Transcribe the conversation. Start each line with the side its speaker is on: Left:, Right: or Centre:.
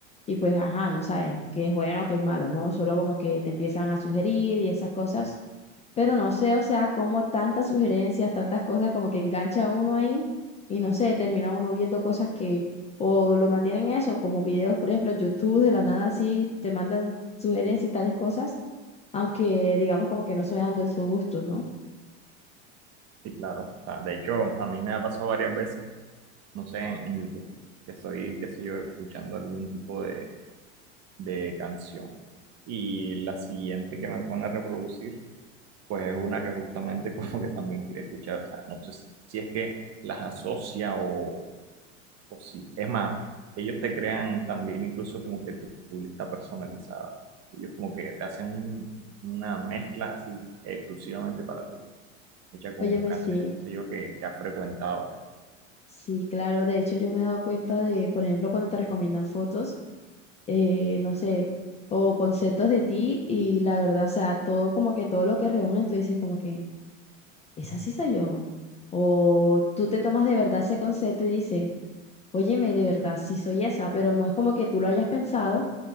Left: y pues ajá, no saben qué es bueno, qué es malo, ¿no? Solo como que te empiezan a sugerir y esas cosas. Pero no sé, o sea, como tantas sugerencias, tantas cosas como que engancha a uno ahí y no sé, termina uno viendo cosas que o lo mantienen eso, como videos, por ejemplo, en YouTube de la nada así, te mandan sugerencias y tales cosas, aunque digamos como que no soy dando esos gustos, ¿no?
Right: Sí, claro. O sea, de hecho, a mí me ha pasado varias veces, no sé, en, en YouTube, que estoy, qué sé yo, escuchando algún tipo de, de canción. Y la siguiente que me pone a reproducir, pues es una que justamente <laughs> como que también quería escuchar. O sea, no sé si es que las asocia o, o sí. Es más, ellos te crean también incluso como que tu, tu lista personalizada. Ellos como que te hacen un- una mezcla así exclusivamente para ti, hecha con
Left: Óyeme,
Right: canciones,
Left: sí,
Right: qué sé yo, que, que has frecuentado.
Left: sí, claro, de hecho yo me he dado cuenta de, por ejemplo, cuando te recomiendan fotos, eh, no sé, o conceptos de ti y la verdad, o sea, todo como que todo lo que reúnen, tú dices como que... esa sí soy yo. O tú te tomas de verdad ese concepto y dices, óyeme, de verdad, sí soy esa, pero no es como que tú lo hayas pensado